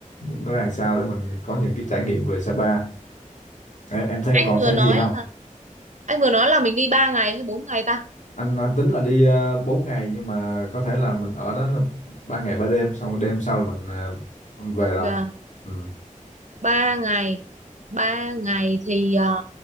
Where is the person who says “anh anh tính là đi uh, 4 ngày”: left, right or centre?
Left